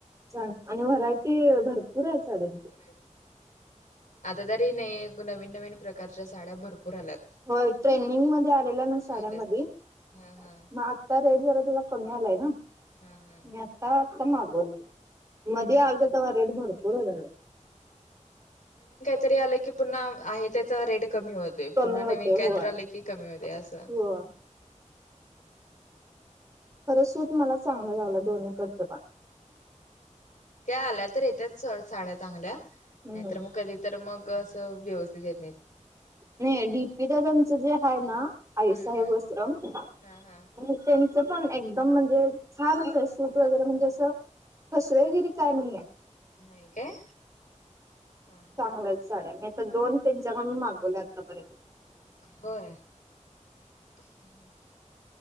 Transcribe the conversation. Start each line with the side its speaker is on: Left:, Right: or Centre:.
Right: छान आणि व्हरायटी भरपूर आहे साड्यांची-
Left: भरपूर आता तरी नाई नवीन नवीन प्रकारच्या साड्या भरपूर आल्यात.
Right: होय ट्रेंडिंग मध्ये आलेला ना साड्यामध्ये
Left: आल्यात
Right: मधी.
Left: हा हा
Right: आता रेट जरा तेझा कमी आलाय ना,
Left: हा हा
Right: मी आता आता मागवली.
Left: हम्म
Right: मध्ये
Left: हम्म
Right: आलंत
Left: हम्म
Right: तेव्हा रेट भरपूर होता तेचा.
Left: तरी आलं की पुन्हा आहे त्याचा रेट कमी होते,
Right: कमी
Left: पुन्हा
Right: होते
Left: नवीन काहीतरी
Right: होय
Left: आले की कमी होते असं-
Right: होय खरं सुत मला चांगलं लागलं दोन्हीकडचं पण,
Left: त्या आल्या तर येत्याच सोड साड्या चांगल्या,
Right: हम्म
Left: नाहीतर मग कधी- तर मग असं व्यवस्थित येत नाहीत.
Right: नाही डीपी दादांच जे आहे ना आईसाहेब
Left: हम्म हम्म
Right: वस्त्रम त्यां-
Left: हा हा
Right: पण एकदम म्हणजे छानच आहे, सूत वगैरे म्हणजे असं फसवेगिरी काय नाहीये.
Left: नाहीय काय. हा हा
Right: चांगल्यात साड्या मी आता मी आता दोन त्यांच्याकडून मागवले आतापर्यंत-
Left: होय हम्म